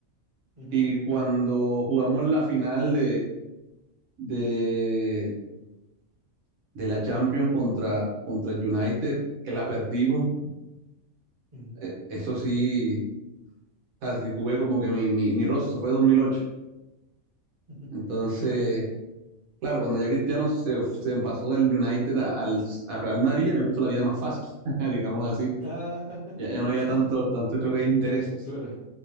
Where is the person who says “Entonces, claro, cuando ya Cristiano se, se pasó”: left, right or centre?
Right